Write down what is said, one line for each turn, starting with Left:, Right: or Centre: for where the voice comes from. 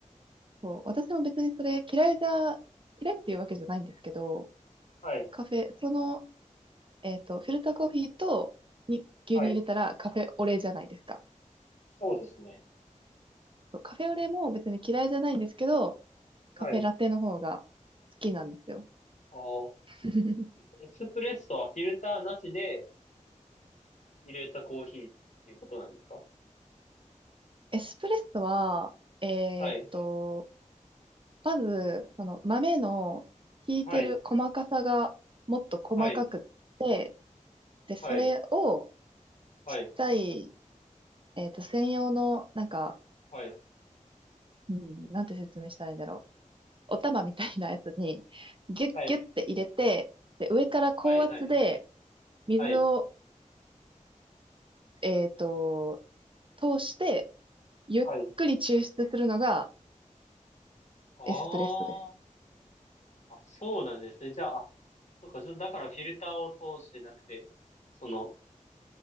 Right: そう、私も別にそれ嫌いだ、嫌いっていうわけじゃないんですけど、
Left: はい。
Right: カフェ、そのえっと、フィルターコーヒーとに牛乳入れたらカフェオレじゃないですか。
Left: はい。そうですね。
Right: そうカフェオレも別に嫌いじゃないんですけど、カフェラテの方が
Left: はい。
Right: 好きなんですよ。
Left: あー
Right: <laughs>
Left: エスプレッソはフィルターなしで入れたコーヒーっていうことなんですか
Right: エスプレッソは、えっと、
Left: はい。
Right: まず、その豆の引いてる細かさがもっと細かくって、
Left: はい。はい。
Right: で、それを
Left: はい。はい。
Right: ちっちゃい、えっと、専用の、なんか、
Left: はい。
Right: うん、なんて説明したらいいんだろう。お玉みたいなやつに、ギュッギュッて入れて、
Left: はい。
Right: で、上から高圧で、
Left: はい。はい。
Right: 水を、
Left: はい。
Right: えっと、通して、ゆっくり抽出するのが
Left: はい。ああ。
Right: エスプレッソです。
Left: あ、そうなんですね。じゃあ、あ、そうか。じゃだからフィルターを通してなくて、その、